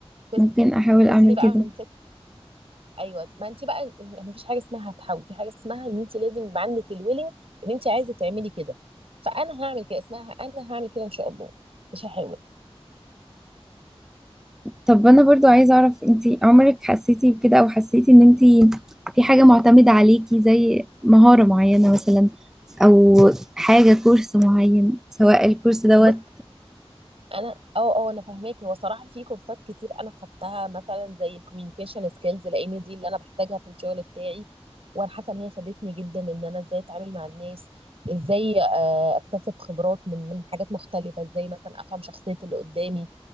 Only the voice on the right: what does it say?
تس...
تصحي
بقى
من 6 ايوه ما انت بقى ما فيش حاجه اسمها هتحاول في حاجه اسمها ان انت لازم يبقى عندك الويلنج ان انت عايزه تعملي كده فانا هعمل كده اسمها انا هعمل كده ان شاء الله مش هحاول
بص انا اه اه انا فاهماكي هو صراحه في كورسات كتير انا خدتها مثلا زي الكوميونيكيشن سكيلز لان دي اللي انا بحتاجها في الشغل بتاعي وانا حاسه ان هي فادتني جدا ان انا ازاي اتعامل مع الناس ازاي آه، اكتسب خبرات من من حاجات مختلفه ازاي مثلا افهم شخصيه اللي قدامي